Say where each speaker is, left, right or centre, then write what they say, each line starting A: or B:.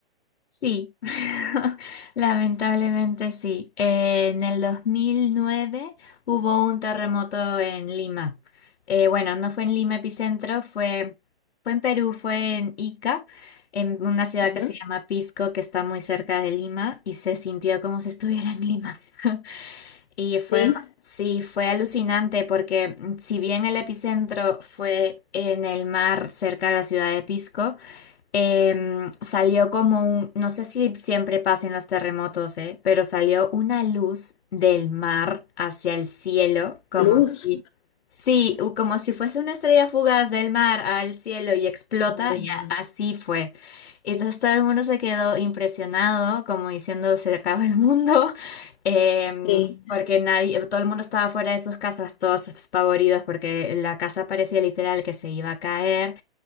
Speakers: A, on the left; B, on the left.
A: Sí, <laughs> lamentablemente sí. Eh, en el 2009 hubo un terremoto en Lima. Eh, bueno, no fue en Lima epicentro, fue, fue en Perú, fue en Ica, en una ciudad
B: Ujú.
A: que se llama Pisco, que está muy cerca de Lima, y se sintió como si estuviera en Lima. <laughs> Y fue,
B: Sí,
A: sí, fue alucinante porque mm, si bien el epicentro fue en el mar cerca de la ciudad de Pisco, em, salió como un, no sé si siempre pasan los terremotos, eh, pero salió una luz del mar hacia el cielo, como
B: luz,
A: si, sí, u- como si fuese una estrella fugaz del mar al cielo y explota,
B: madre
A: y
B: mía,
A: a- así fue. Y Entonces todo el mundo se quedó impresionado, como diciendo, se acaba el mundo, <laughs> em,
B: sí,
A: porque nadie, todo el mundo estaba fuera de sus casas, todos espavoridos, porque la casa parecía literal que se iba a caer.